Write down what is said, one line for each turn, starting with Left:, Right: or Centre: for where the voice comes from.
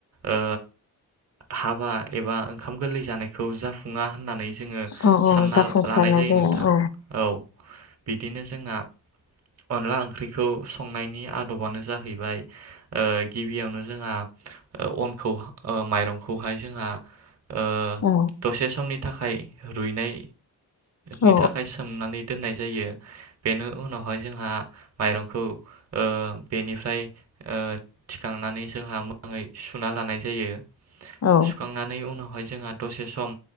Right: ओ हाबा एबा ओंखाम गोरलै जानायखौ जाफुङा होननानै जोङो
Left: औ औ
Right: सानना
Left: जाफुंसारनाय
Right: लानाय जायो
Left: जाया
Right: नोंथां।
Left: औ
Right: औ। बिदिनो जोंना अनला ओं ओंख्रिखौ संनायनि आदबानो जाहैबाय ओ गिबियावनो जोंहा ओ अनखौ ओ माइरंखौहाय जोंहा ओ
Left: औ
Right: दसे समनि थाखाय रुइनाय नि
Left: औ
Right: थाखाय सोमनानै दोननाय जायो। बेनो उनावहाय जोंहा माइरंखौ ओ बेनिफ्राय ओ थिखांनानै जोंहा मोजाङै सुना लानाय जायो।
Left: औ
Right: सुखांनानै उनावहाय जोंहा दसे सम